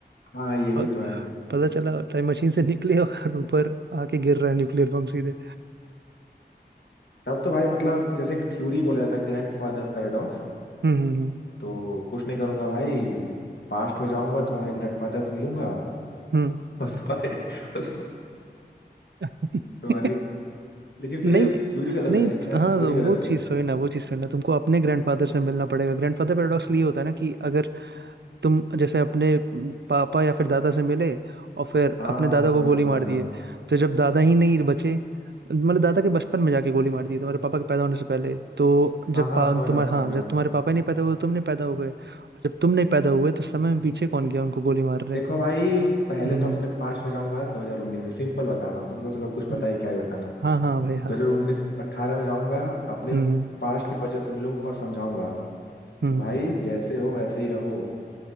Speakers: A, on the left; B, on the right.
A: हाँ, ये भी
B: प-
A: तो है
B: पता चला टाइम मशीन से निकले और ऊपर आके गिर रहा है न्यूक्लियर बम सीधे
A: तब तो भाई मतलब जैसे एक थ्योरी बोला जाता है ग्रैंडफादर पैराडॉक्स
B: हम्म हम्म
A: तो कुछ नहीं करूंगा भाई पास्ट में जाऊंगा तुम्हारे ग्रैंडफादर से मिलूंगा
B: हम्म
A: और तुम्हारे <laughs> और
B: हम्म।
A: तुम्हारे
B: <laughs>
A: लेकिन फिर
B: नहीं
A: ये थ्योरी गलत
B: नहीं
A: हो जाएगी ना
B: हाँ
A: थ्योरी
B: वो
A: गलत हो
B: चीज़
A: जाएगी
B: तो है ना वो चीज़ तो है ना तुमको अपने ग्रैंडफादर से मिलना पड़ेगा ग्रैंडफादर पैराडॉक्स ये होता है ना कि अगर तुम जैसे अपने पापा या फिर दादा से मिले और फिर
A: हाँ
B: अपने दादा
A: हाँ समझ
B: को गोली
A: रहा हूँ समझ
B: मार
A: रहा
B: दिए
A: हूँ
B: तो जब दादा ही नहीं बचे मतलब दादा के बचपन में जाके गोली मार दी तुम्हारे पापा के पैदा होने से पहले तो जब
A: हाँ हाँ
B: पा,
A: समझ
B: तुम्हारे
A: रहा हूँ समझ
B: हाँ
A: रहा
B: जब
A: हूँ
B: तुम्हारे पापा ही नहीं पैदा हुए तुम नहीं पैदा हुए और जब तुम नहीं पैदा हुए तो समय में पीछे कौन गया उनको गोली मारने
A: देखो भाई पहले
B: हम्म
A: तो
B: हम्म
A: अपने पास्ट में जाऊंगा 2019 है सिंपल बता रहा हूँ तुमको तो सब कुछ
B: हम्म।
A: पता ही क्या ही बताना
B: हाँ हाँ भाई हाँ
A: 2019 18 में जाऊंगा अपने
B: हम्म
A: पास्ट के वर्जन से मिलूंगा और समझाऊंगा
B: हम्म
A: कि भाई जैसे हो वैसे ही रहो